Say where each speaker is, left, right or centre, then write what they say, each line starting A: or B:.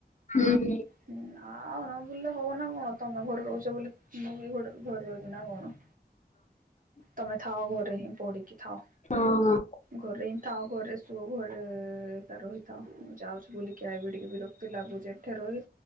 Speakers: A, on the left (about 45°); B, on the right (about 50°).
A: ହୁଁ, ହୁଁ।
B: ହୁଁ, ଆଉ ନ ବୁଲିଲେ ହବନା କଣ ତମେ ଘରେ ରହୁଛ ବୋଲି ମୁଁ ବି ଗୋଟେ ଘରେ ରହିବି ନା କଣ? ତମେ ଥାଅ ଘରେ ହିଁ ପଡିକି ଥାଅ।
A: ହଁ।
B: ଘରେ ହିଁ ଥାଅ ଘରେ ଶୁଅ ଘରେ ଏ ତାର ରହିଥାଉ, ମୁଁ ଯାଉଛି ବୁଲିକି ଆଇବି ଟିକିଏ ବିର କ୍ତି ଲାଗୁଛି ଏଠେ ରହି